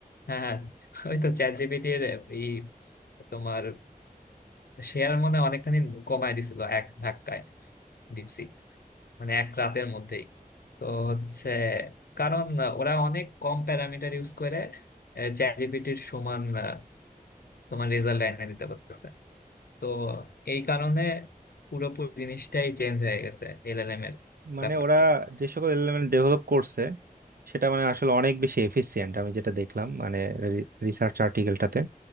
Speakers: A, on the left; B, on the right.
A: হ্যাঁ ওই তো চ্যাট জিপিটির এই তোমার শেয়ার মনে হয় অনেকখানি কমায় দিছিল এক ধাক্কায় ডিপসিক মানে এক রাতের মধ্যেই তো হচ্ছে কারণ আহ, ওরা অনেক কম প্যারামিটার ইউজ করে চ্যাট জিপিটির সমান আহ, তোমার রেজাল্ট এনে দিতে পারতেছে তো এই কারণে পুরোপুরি জিনিসটাই চেঞ্জ হয়ে গেছে এলএলএম এর
B: মানে
A: ব্যাপারটা
B: ওরা যে সকল এলিমেন্ট ডেভেলপ করছে সেটা মানে আসলে অনেক বেশি এফিসিয়েন্ট আমি যেটা দেখলাম মানে রিসার্চ আর্টিকেলটাতে